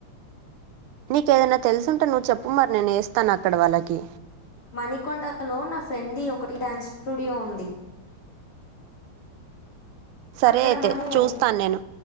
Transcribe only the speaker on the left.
మణికొండలో నా ఫ్రెండ్ ది ఒకటి డాన్స్ స్టూడియో ఉంది
అక్కడ
మనము